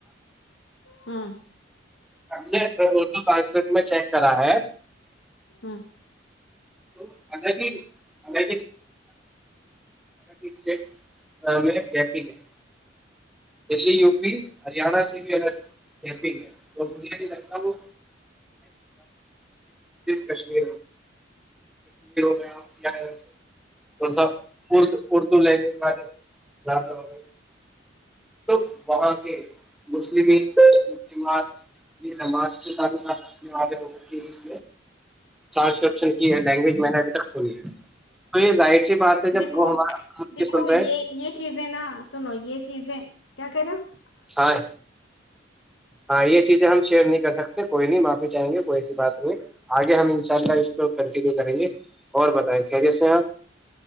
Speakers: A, on the left (about 75°); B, in the centre.
A: ہوں
B: ہمے پانچ منٹ میں چیک کرا ہے
A: ہوں
B: تو اگر نہیں رے لی اسٹی گپگ ہے دلی یو پی ہریانہ سے بھی تو مجھے نہیں لگتا وہ کشمیر میں سا ف اردو لینگویج والے زیادہ ہو گئے تو وہاں کے مسلم مسلمات یہمع سے طاتنے والے لوگوں کی اس ٹرانسکرپشن کی ہے لینگویج میں نے ابھی تک سنی ہے تو یہ ظاہر سی بات ہے جب
A: دیکھو
B: وہ ہمار
A: دیکھو
B: سن
A: یہ
B: رہے ہے
A: یہ چیزیں نا سنو یہ چیزیں کیا کہہ رہےا
B: ہاں ہاں یہ چیزیں ہم شیئر نہیں کر سکتے کوئی نہیں معافی چاہیں گے کوئی ایسی بات نہیں آگے ہم ان شاء اللہ اس کو کنٹینیو کریں گے اور بتائیں خریسے آپ